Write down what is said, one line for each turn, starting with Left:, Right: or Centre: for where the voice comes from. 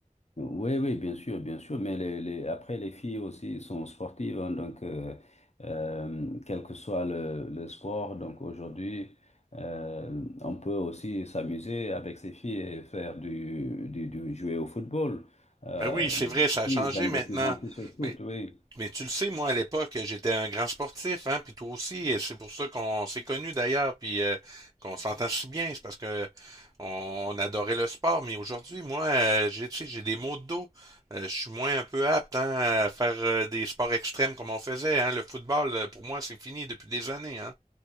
Left: Oui, oui, bien sûr, bien sûr, mais les, les- après les filles aussi sont sportives, hein, donc euh, euh, quel que soit le, le sport, donc aujourd'hui, euh, on peut aussi s'amuser avec ces filles et faire du, du, du- jouer au football. Euh,
Right: Ben oui, c'est
Left: les
Right: vrai,
Left: les
Right: ça a
Left: filles
Right: changé
Left: aiment
Right: maintenant.
Left: de plus en plus au foot,
Right: Mais
Left: oui.
Right: Mais tu le sais, moi, à l'époque, j'étais un grand sportif, hein, puis toi aussi, et c'est pour ça qu'on s'est connus d'ailleurs, puis euh, qu'on s'entend si bien, c'est parce que on adorait le sport, mais aujourd'hui, moi, euh, j'ai, tu sais, j'ai des maux de dos. Euh, je suis moins un peu apte, hein, à faire euh, des sports extrêmes comme on faisait, hein. Le football, euh, pour moi, c'est fini depuis des années, hein.